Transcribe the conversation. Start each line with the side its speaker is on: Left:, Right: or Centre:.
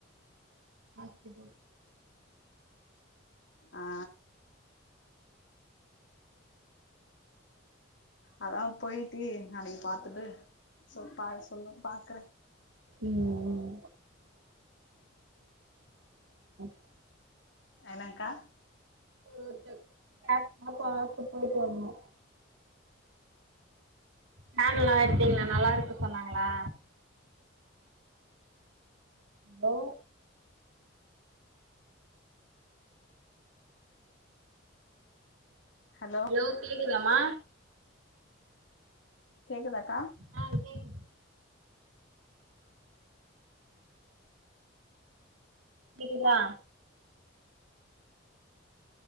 Right: ஆ <unintelligible>
Left: ஆ அதா போயிட்டு நாளைக்கு பாத்துட்டு சொப்பா சொல்லு பாக்குறே
Right: ம் <unintelligible>
Left: என்னாங்க்கா
Right: ஒரு <unintelligible> போய்ட்டு வந்தோ கன்ல்லா எட்டீங்களா நல்லாருக்கு சொன்னாங்களா ஹலோ
Left: ஹலோ
Right: ஹலோ கேக்குதாம்மா
Left: கேக்குதாக்கா
Right: ஆ கேக்குது கேக்குதா